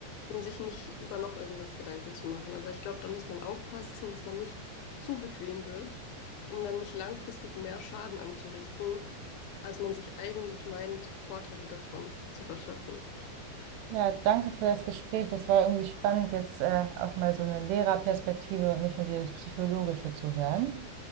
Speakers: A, on the left; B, on the right.
A: um sich nicht über noch irgendwas Gedanken zu machen. Aber ich glaube, da muss man aufpassen, dass man nicht zu bequem wird, um dann nicht langfristig mehr Schaden anzurichten, als man sich eigentlich meint, Vorteile davon zu verschaffen.
B: Ja, danke für das Gespräch. Das war irgendwie spannend, jetzt äh, auch mal so eine Lehrerperspektive und nicht nur dieses Psychologische zu hören.